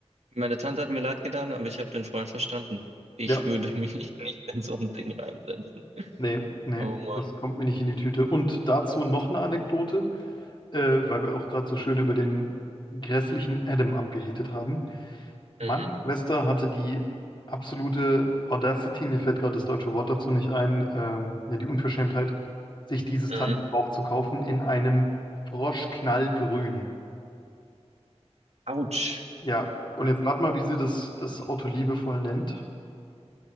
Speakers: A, on the right (about 75°); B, on the left (about 45°).
A: meine Tante hat mir leid getan, aber ich habe den Freund verstanden. Ich
B: Ja,
A: würde <laughs> mich nicht in so ein Ding reinsetzen.
B: nee, nee,
A: Oh Mann.
B: das kommt mir nicht in die Tüte. Und dazu noch eine Anekdote, äh, weil wir auch gerade so schön über den grässlichen Adam abgehatet haben. Meine
A: Mhm.
B: Schwester hatte die absolute Audacity, mir fällt gerade das deutsche Wort dazu nicht ein, ähm, ja, die Unverschämtheit, sich dieses
A: Mhm.
B: Teil gebraucht zu kaufen in einem Froschknallgrün.
A: Autsch.
B: Ja, und
A: Au,
B: jetzt rat mal, wie sie das, das Auto liebevoll nennt.